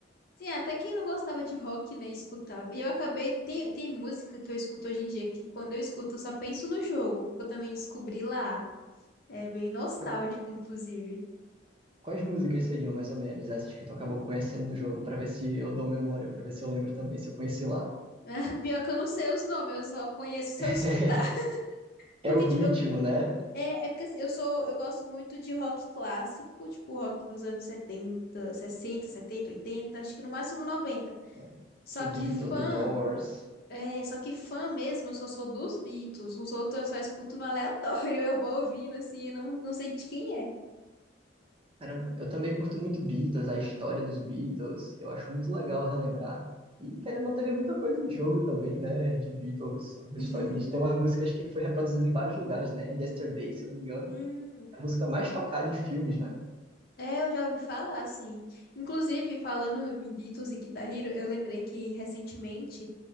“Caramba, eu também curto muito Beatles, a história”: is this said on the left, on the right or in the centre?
Right